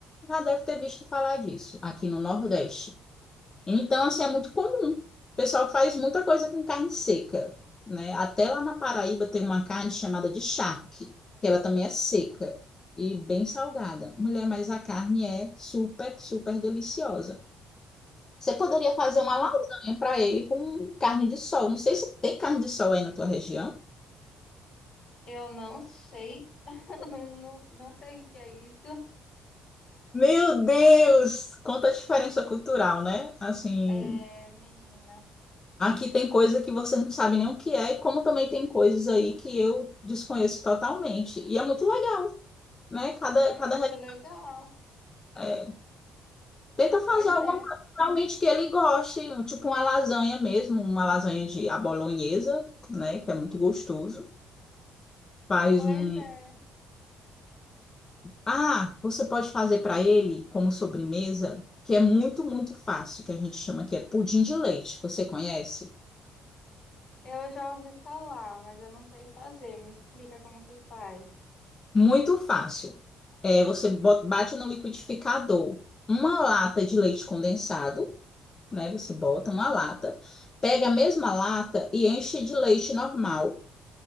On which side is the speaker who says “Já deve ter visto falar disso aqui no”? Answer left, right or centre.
Left